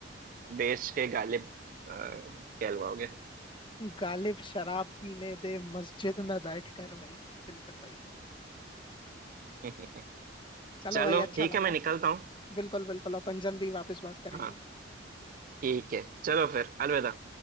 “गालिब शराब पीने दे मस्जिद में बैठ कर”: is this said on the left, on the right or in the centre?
Left